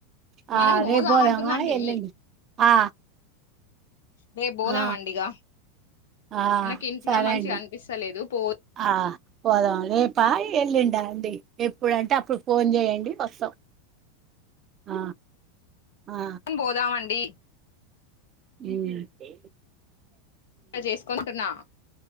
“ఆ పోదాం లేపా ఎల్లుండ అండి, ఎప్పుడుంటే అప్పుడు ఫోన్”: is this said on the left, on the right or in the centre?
Right